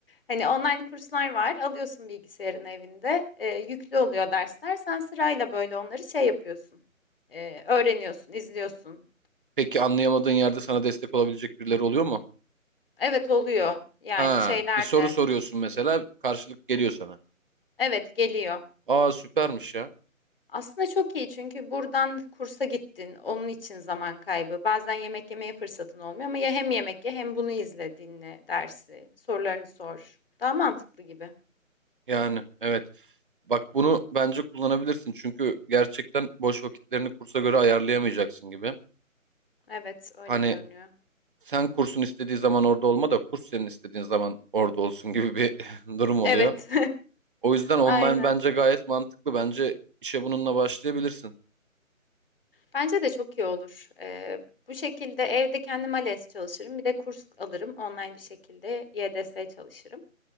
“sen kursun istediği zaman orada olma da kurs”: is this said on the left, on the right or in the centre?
Right